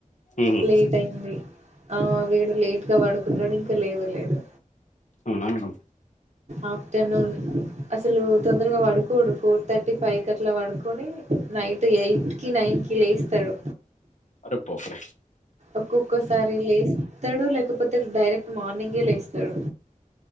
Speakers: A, on the left; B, on the right.
A: ఉహు,
B: లేట్ అయింది ఆ వీడు లేట్ గా పడుకున్నాడు ఇంకా లేవ లేదు
A: అవునా మేడం
B: ఆఫ్టర్నూన్ అసలు తొందరగా పడుకోడు ఫోర్ థర్టీ ఫైవ్ కి అట్లా పడుకొని నైట్ ఎయిట్ కి నైట్ కి లేస్తాడు
A: అరపోఫురే
B: ఒక్కొక్కసారి లేస్తాడు లేకపోతే డైరెక్ట్ మార్నింగే లే స్తాడు